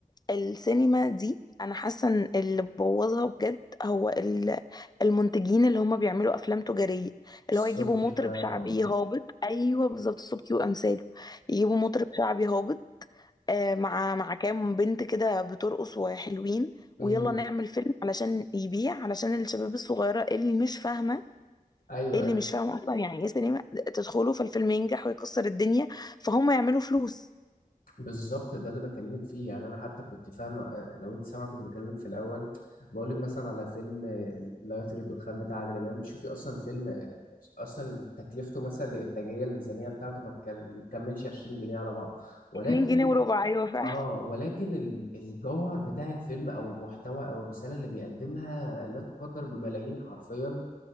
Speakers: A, on the left; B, on the left.
A: السينما دي انا حاسه ان اللي بوظها بجد هو ال- المنتجين اللي هم بيعملوا افلام تجاريه اللي
B: السبكي
A: هو يجيبوا مطرب
B: بقى آه.
A: شعبي هابط ايوه بالظبط صوبكي وامثاله يجيبوا مطرب شعبي هابط آه، مع مع كام بنت كده بترقص وحلوين ويلا
B: أمم.
A: نعمل فيلم علشان يبيع علشان الشباب الصغيره اللي مش فاهمه
B: ايوه
A: ايه اللي مش فاهم اصلا يعني ايه سينما تدخلوا فالفيلم ينجح ويكسر الدنيا فهم يعملوا فلوس
B: بالظبط ده اللي بكلمك فيه يعني انا حتى كنت فاهمه آه، لو انت سامعه كنت بكلمك في الاول بقول لك مثلا على فيلم آه، لا يطير الدخان بتاع عادل امام شوفي اصلا فيلم آه، اصلا تكلفته مثلا الانتاجيه الميزانيه بتاعته ما تكل- ما تكملش 20 جنيه على بعض ولكن
A: 2 جنيه وربع ايوه فعلا
B: اه ولكن ال- الجوهر بتاع الفيلم او المحتوى او الرساله اللي بيقدمها لا تقدر بملايين حرفيا